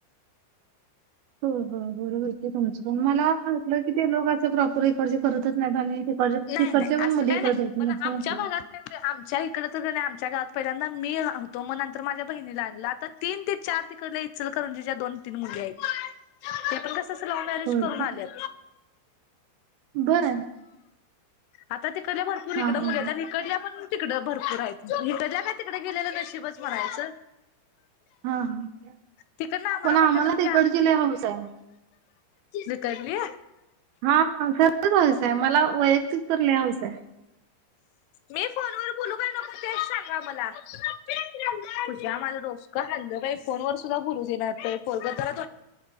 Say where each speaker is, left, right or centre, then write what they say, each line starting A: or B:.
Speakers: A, on the right (about 75°); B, on the left (about 80°).
A: हो हो बरोबर आहे कि तुमचं पण मला वाटलं की ते लोक असे प्रॉपर इकडचे करतच नाहीत आणि तिकडचे
B: नाही
A: तिकडचे
B: नाही
A: पण
B: असं
A: मुली
B: काही
A: इकडे
B: नाही
A: येत नाहीत
B: पण आमच्या
A: असं वाटलं
B: भागात नाही म्हणजे आमच्या इकड आमच्या गावात पहिल्यांदा मी होतो मग नंतर माझ्या बहिणीला आणला आता तीन ते चार तिकडले इंचलकरजी ज्या दोन तीन मुली आहेत ते पण कस अस लव्ह मॅरेज
A: होय
B: करून आल्यात
A: बर
B: आता तिकडल्या भरपूर
A: हा
B: इकडं
A: हा
B: मुली येतात इकडल्या पण तिकडं भरपूर आहेत हिकडल्या काय तिकड गेलेलं नशिबच म्हणायचं
A: हा हा हा
B: तिकडन आम्हाला
A: पण
B: म्हणतायच म्हणजे
A: तिकडची लय हौस आहे.
B: इकडली
A: हा सर्वच हयसंय मला वैयक्तिक तर लिहावच आहे
B: मी फोन व बोलू का नको तेच सांगा मला तझ्या मला डोसकं खाल्लं बाही फोन वर सुद्धा भुरू देणार कोलग जरा